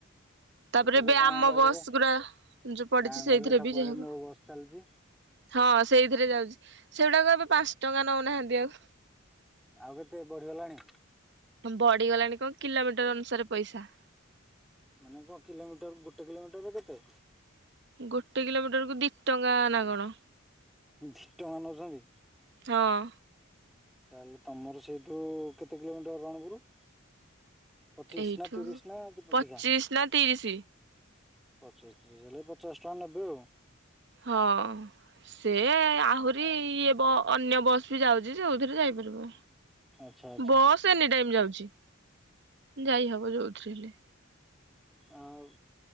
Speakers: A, on the right; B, in the centre.
A: ତାପରେ
B: ଯୋଉ
A: ଏବେ
B: ଗାଁ
A: ଆମ
B: ଗହଳିରେ
A: ବସ୍ ଗୁରା ଯୋଉ ପଡ଼ିଛି
B: ଗାଁ
A: ସେଇଥିରେ
B: ଗହଳିରେ ସବୁଆଡେ
A: ବି ଯାଇହବ।
B: ମୋ ବସ୍ ଚାଲିଛି।
A: ହଁ ସେଇଥିରେ ଯାଉଛି ସେଗୁଡ଼ାକ ଏବେ ପାଞ୍ଚ ଟଙ୍କା ନଉନାହାନ୍ତି ଆଉ।
B: ଆଉ କେତେ ବଢ଼ିଗଲାଣି?
A: ବଡ଼ିଗଲାଣି କଣ କିଲୋମିଟର ଅନୁସାରେ ପଇସା।
B: ମାନେ କଣ କିଲୋମିଟର ଗୋଟେ କିଲୋମିଟର ରେ କେତେ?
A: ଗୋଟେ କିଲୋମିଟର କୁ ଦି ଟଙ୍କା ନା କଣ?
B: ଧୀ ଟଙ୍କା ନଉଛନ୍ତି?
A: ହଁ।
B: ତାହେଲେ ତମର ସେଇଠୁ କେତେ କିଲୋମିଟର ରଣପୁର? ପଚିଶ୍
A: ଏଇଠୁ
B: ନା ତିରିସ୍ ନା କେତେ
A: ପଚିଶ
B: ଅଧିକା?
A: ନା ତିରିଶ
B: ପଚିଶ୍ ତୀରିଶ ହେଲେ ପଚାଶ ଟଙ୍କା ନେବେ ଆଉ।
A: ହଁ ସେ ଆହୁରି ଇଏ ବ ଅନ୍ୟ ବସ୍ ବି ଯାଉଛି ସେଇଥିରେ ଯାଇପାରିବ
B: ଆଚ୍ଛା ଆଚ୍ଛା
A: ବସ୍ ଏନି ଟାଇମ୍ ଯାଉଛି ଯାଇ ହବ ଯଉଥିରେ ହେଲେ।
B: ଆଉ।